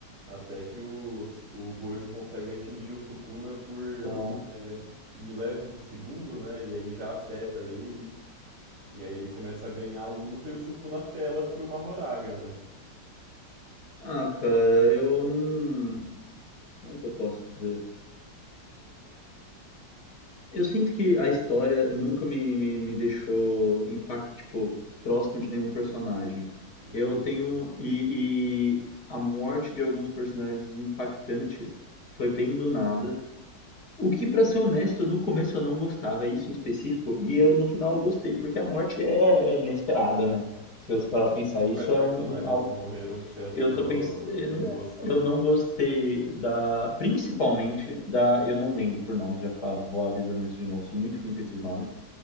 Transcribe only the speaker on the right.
Até que o, o Gojo consegue atingir o Sukuna por
é, milésimos de segundo, né? E aí já afeta ele, e aí ele começa a ganhar a luta e o Sukuna apela pro Mahoraga, né?
Justo.
Quais personagens
que morreram que você achou
que você não gostou?